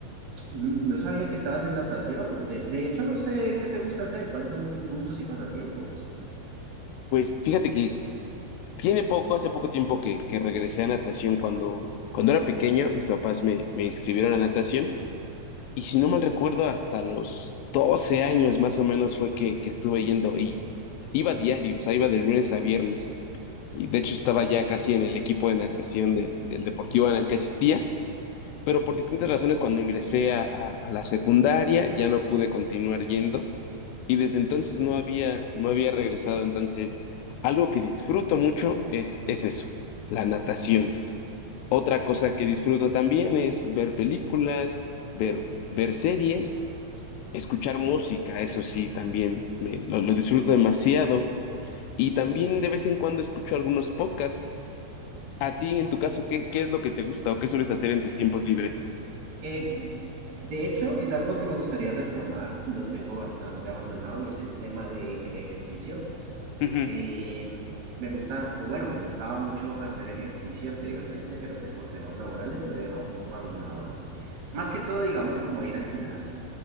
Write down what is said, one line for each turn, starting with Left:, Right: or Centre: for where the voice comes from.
Right: Mm, No sabía que estabas en natación. De, de hecho, no sé qué te gusta hacer, cuáles son tus gustos y pasatiempos.
Left: Pues fíjate que tiene poco, hace poco tiempo que, que regresé a natación cuando, cuando era pequeño, mis papás me, me inscribieron a natación. Y si no mal recuerdo, hasta los 12 años más o menos fue que, que estuve yendo y iba diario, o sea, iba de lunes a viernes. Y de hecho estaba ya casi en el equipo de natación de- del deportivo en el que asistía, pero por distintas razones cuando ingresé a, a- a la secundaria ya no pude continuar yendo y desde entonces no había, no había regresado. Entonces, algo que disfruto mucho es, es eso, la natación. Otra cosa que disfruto también es ver películas, ver, ver series Escuchar música, eso sí, también me- lo, lo disfruto demasiado. Y también de vez en cuando escucho algunos podcasts. A ti, en tu caso, ¿qué, qué es lo que te gusta o qué sueles hacer en tus tiempos libres?
Right: Eh, de hecho, es algo que me gustaría retomar, lo tengo bastante abandonado y es el tema del ejercicio.
Left: Ujú,
Right: Eh, me gusta, o bueno, me gustaba mucho hacer ejercicio anteriormente, pero pues por temas laborales lo he dejado un poco abandonado. Más que todo, digamos, como ir al gimnasio.